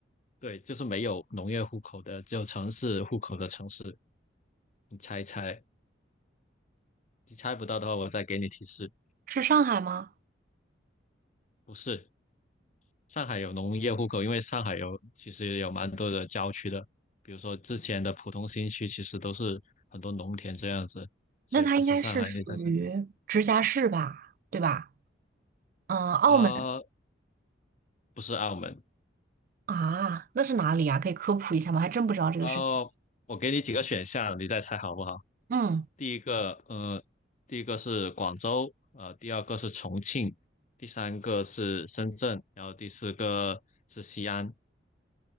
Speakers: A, on the left; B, on the right.
A: 对，就是没有农业户口的，只有城市户口的城市。你猜一猜，你猜不到的话，我再给你提示，
B: 是上海吗？
A: 不是。上海有农业户口，因为上海有其实有蛮多的郊区的，比如说之前的浦东新区，其实都是很多农田这样子，所以不是上海，
B: 那它应该是属于直辖市吧，
A: 你再猜，
B: 对吧？嗯，澳门
A: 呃，不是澳门，
B: 啊，那是哪里啊？可以科普一下吗？还真不知道这个事情。
A: 哦，我给你几个选项，你再猜好不好？
B: 嗯，
A: 第一个，呃，第一个是广州，呃，第二个是重庆，第三个是深圳，然后第四个是西安。